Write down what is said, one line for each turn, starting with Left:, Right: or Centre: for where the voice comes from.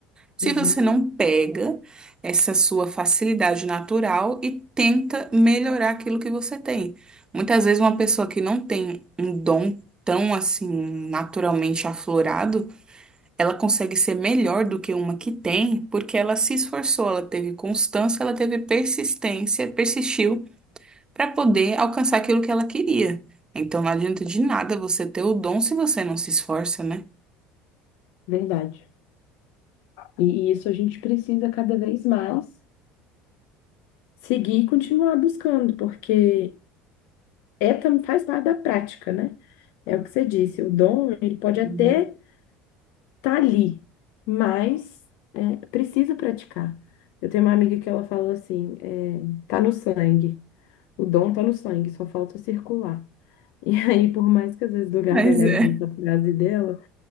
Right: se
Left: Uhum,
Right: você não pega essa sua facilidade natural e tenta melhorar aquilo que você tem. Muitas vezes uma pessoa que não tem um dom tão assim naturalmente aflorado, ela consegue ser melhor do que uma que tem, porque ela se esforçou, ela teve constância, ela teve persistência, persistiu para poder alcançar aquilo que ela queria. Então não adianta de nada você ter o dom se você não se esforça, né?
Left: verdade. E, e isso a gente precisa cada vez mais seguir e continuar buscando, porque é, tam- faz parte da prática, né? É o que você disse, o dom, ele pode
Right: Sim.
Left: até tá ali, mas é, precisa praticar. Eu tenho uma amiga que ela fala assim, é, tá no sangue, o dom tá no sangue, só falta circular. <laughs> E aí, por mais que às vezes do gargalhada
Right: Mas é.
Left: da frase dela,